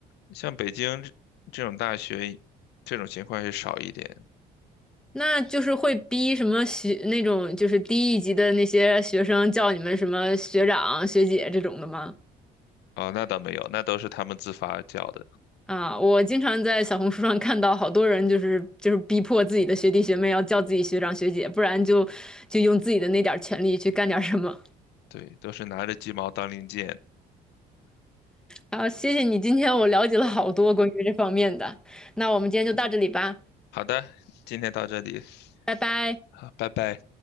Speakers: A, on the left (about 85°); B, in the centre.
A: 像北京这这种大学，这种情况是少一点。
B: 那就是会逼什么学那种就是低一级的那些学生叫你们什么学长学姐这种的吗？
A: 哦，那倒没有，那都是他们自发叫的，
B: 啊，我经常在小红书上看到好多人，就是就是逼迫自己的学弟学妹要叫自己学长学姐，不然就就用自己的那点儿权利去干点儿什么。
A: 对，都是拿着鸡毛当令箭。
B: 啊，谢谢你，今天我了解了好多关于这方面的。那我们今天就到这里吧，
A: 好的，今天到这里，
B: 拜拜。
A: 好，拜拜。